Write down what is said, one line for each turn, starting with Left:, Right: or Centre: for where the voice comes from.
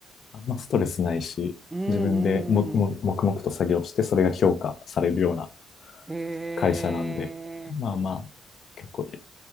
Left: あんまストレスないし、
Right: うんうん。
Left: 自分でも、も、黙々と作業して、それが評価されるような
Right: へえ。
Left: 会社なんで、まあまあ、結構